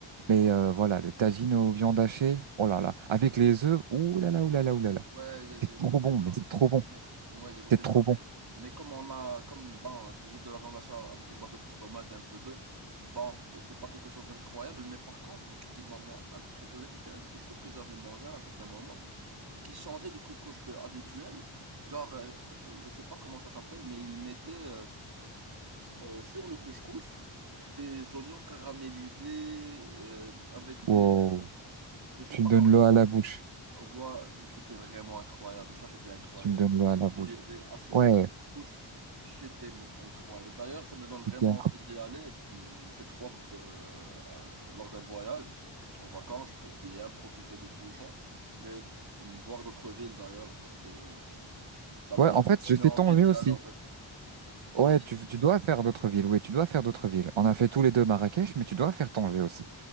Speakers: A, on the right; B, on the right.
A: Mais euh, voilà, le tagine aux viandes hachées, oh là là, avec les œufs, ouh là là, ouh là là, ouh là là.
B: ouais, j'ai j'ai
A: C'est
B: goûté
A: trop bon, mais
B: ça.
A: c'est trop bon,
B: Et- Ouais, j'ai goûté
A: c'est trop
B: ça,
A: bon.
B: mais, mais comme on a. Comme, ben, c'est juste de la viande d'achat avec une base de sauce tomate et un peu d'œuf. Bon, c'est pas quelque chose d'incroyable, mais par contre, ce qui m'a, moi, impressionné, c'était un couscous que j'avais mangé à un certain moment. qui changeait du couscous euh, habituel. Genre, euh, je sais pas comment ça s'appelle, mais ils mettaient euh, euh, sur le couscous des oignons caramélisés euh, avec
A: Wow,
B: des... Je sais
A: tu
B: pas
A: me donnes
B: comment...
A: l'eau à la bouche,
B: Voi- c'était vraiment incroyable. Ça, c'était incroyable.
A: tu me
B: Les
A: donnes
B: oignons
A: l'eau à la bouche.
B: caramélisés associés
A: Ouais,
B: au couscous, c'était mais, incroyable. D'ailleurs, ça me donne
A: c'était
B: vraiment
A: incroyable.
B: envie d'y aller hum, cette fois euh, euh, lors d'un voyage en vacances pour bien profiter de tout ça. Et hum, voir d'autres villes d'ailleurs parce que... Ça
A: Ouais,
B: m'a juste
A: en fait, j'ai
B: donné
A: fait
B: envie
A: tonger
B: d'y
A: aussi.
B: aller en fait. Tanger?
A: Ouais, tu, tu dois faire d'autres villes, oui, tu dois faire d'autres villes. On a fait tous les deux Marrakech, mais tu dois faire Tanger aussi.